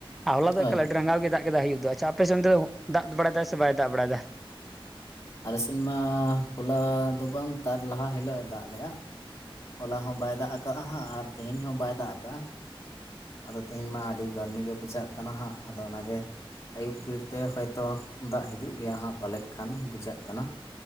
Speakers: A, in the centre; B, on the left.
A: ᱟᱨ ᱦᱚᱞᱟ ᱫᱚ
B: ᱦᱳᱭ
A: ᱮᱠᱟᱞ ᱟᱹᱰᱤ ᱨᱟᱸᱜᱟᱣ ᱜᱮ ᱫᱟᱜ ᱜᱮ ᱫᱟᱭ ᱟᱹᱭᱩᱵ ᱫᱚ ᱟᱪᱷᱟ ᱟᱯᱮᱥᱮᱱᱫᱚ ᱫᱟᱜ ᱵᱟᱲᱟᱭ ᱥᱮ ᱵᱟᱭ ᱫᱟᱜᱲᱮᱫᱟ
B: ᱟᱮᱥᱤᱱᱢᱟ ᱦᱚᱞᱟ ᱫᱚ ᱵᱟᱝ ᱛᱟᱨ ᱞᱟᱦᱟ ᱦᱤᱞᱳᱜ ᱮ ᱫᱟᱜ ᱞᱮᱫᱼᱟ ᱦᱚᱞᱟ ᱦᱚᱸ ᱵᱟᱭ ᱫᱟᱜ ᱟᱠᱟᱫᱼᱟ ᱦᱟᱸᱜ ᱟᱨ ᱛᱮᱦᱮᱧ ᱦᱚᱸ ᱵᱟᱭ ᱫᱟᱜ ᱠᱟᱜᱼᱟ ᱟᱫᱚ ᱛᱮᱦᱤᱧ ᱢᱟ ᱟᱹᱰᱤ ᱜᱚᱨᱢᱤ ᱜᱮ ᱵᱩᱡᱷᱟᱹᱜ ᱠᱟᱱᱟ ᱦᱟᱸᱜ ᱟᱫᱚ ᱚᱱᱟᱜᱮ ᱟᱹᱭᱩᱵ ᱵᱮᱲᱛᱮ ᱦᱚᱭᱛᱳ ᱫᱟᱜ ᱦᱤᱡᱩᱜ ᱜᱮᱭᱟ ᱦᱟᱸᱜ ᱯᱟᱞᱮᱫ ᱠᱷᱟᱱ ᱵᱩᱡᱷᱟᱹᱜ ᱠᱟᱱᱟ